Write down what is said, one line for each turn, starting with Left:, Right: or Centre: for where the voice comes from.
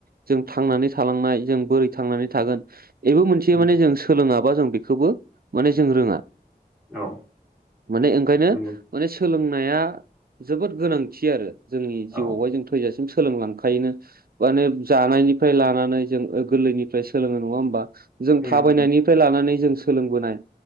Right: जों थांनानै थालांनाय जों बोरै थांनानै थागोन बेबो मोनसे
Centre: उम
Right: माने जों सोलोङाबा जों बेखौबो माने जों रोङा।
Centre: औ
Right: माने ओंखायनो
Centre: नंगौ
Right: माने सोलोंनाया जोबोद गोनांथि आरो जोंनि
Centre: औ
Right: जिउआवहाय जों थैजासिम सोलोंलांखायोनो माने जानायनिफ्राय लानानै जों गोरलैनिफ्राय सोलोङो नङा होमबा। जों
Centre: उम
Right: थाबायनायनिफ्राय लानानै जों सोलोंबोनाय।